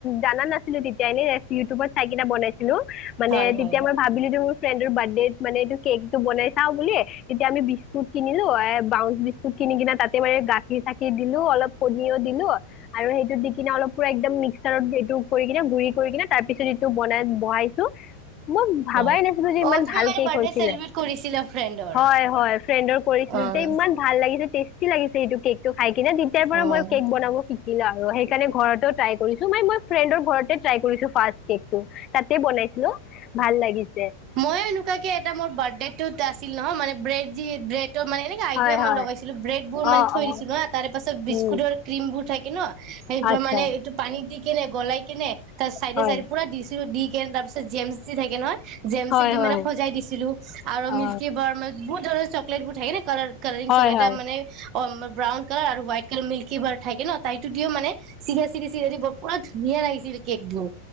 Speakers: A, on the left (about 35°); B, on the right (about 40°).
A: জানা নাছিলো তেতিয়া এনে ইউটিউবত চাই কিনে বনাইছিলো। মানে
B: হয়,
A: তেতিয়া
B: হয়,
A: মই ভাবিলো ফ্ৰেন্দৰ বাৰ্থ দেত মানে এইটো কেক বনাই চাও বুলি। তেতিয়া আমি বিস্কুট কিনিলো এ বাউঞ্চ বিস্কুট কিনি কেনে তাতে মানে গাখীৰ চাখীৰ দিলো অলপ কণীও দিলো আৰু সেইটো দি কিনে অলপ পুৰা মিকছাৰত সেইটো কৰি কিনে গুৰি কৰি কিনে তাৰ পিছত এইটো বনাই বহাইছো <inaudible> ভাবাই
B: হয়।
A: নাছিলো যে
B: অ',
A: ইমান
B: তুমি
A: ভাল
B: মানে
A: কেক
B: বাৰ্থডে
A: হৈছিলে।
B: চেলিব্ৰেট কৰিছিলা ফ্ৰেণ্ডৰ
A: হয় হয় ফ্ৰেডৰ কৰিছিলো
B: অ',
A: তে ইমান ভাল লাগি টেষ্টি লাগিছে এইটো কেক। ত খাই কিনে তেতিয়াৰ পৰা
B: অ',
A: মই কেক বনাব শিকিলো আও। আৰু সেইকাৰণে ঘৰত ট্ৰাই কৰিছো, ম মই ফ্ৰেণ্ডৰ ঘৰতে ট্ৰাই কৰিছো ফাষ্ট কেক। তাতে বনাইছিলো ভাল লাগিছিল।
B: মই এনেকুৱাকে এটা মোৰ বাৰ্থডে টোত আ আছিল নহয় মানে ব্ৰেড যি ব্ৰে ত মে এনেকে আইদিয়া
A: হয় হয়
B: মান লগাইছিলো, ব্ৰেদবোৰ
A: অ
B: মানে থৈ
A: অ
B: দিছিলো হা তাৰ পাছত বিস্কুটৰ
A: উম
B: ক্ৰীমবোৰ থাকি কিন সেই
A: আচ্ছা
B: মানে এইটো পানী দি কেনে গলাই কিনে তাৰ চাইডে
A: হয়
B: চাইডে পুৰা <unintelligible> দি তাৰ পিছত জেমচ যে থাকে নহয় জেমচ
A: হয়
B: এদি
A: হয়
B: মানে সজাই দিছিলো আৰু
A: অ
B: মিল্কী বাৰ মানে বহুত ধৰৰ চকলেট বোৰ ঠাকে নে কালাৰ কলৰিংস
A: হয়
B: এটা
A: হয়
B: মানে অ ব্ৰাউন কালাৰ আৰু হোৱাইট কালাৰ মিল্কী বাৰ থাকে ন। তাইতো দিও মানে চিগা চিগা চিগা দিৰ পুৰা ধুনীয়া লাগিছিল কেকবোৰ।